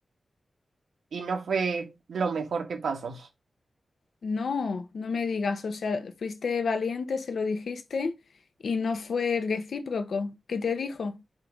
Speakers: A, on the right; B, on the left.
A: y no fue lo mejor que pasó.
B: No, no me digas, o sea, fuiste valiente, se lo dijiste y no fue recíproco. ¿Qué te dijo?